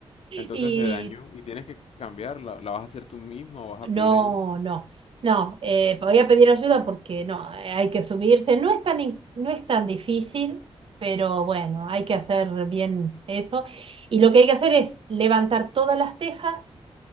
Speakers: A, on the left; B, on the right.
A: Entonces
B: y
A: se dañó y tienes que cambiarla, ¿la vas a hacer tú mismo o vas a
B: no,
A: pedir ayuda?
B: no, no, eh, podía pedir ayuda porque no, eh, hay que subirse, no es tan, in- no es tan difícil, pero bueno, hay que hacer bien eso. Y lo que hay que hacer es levantar todas las tejas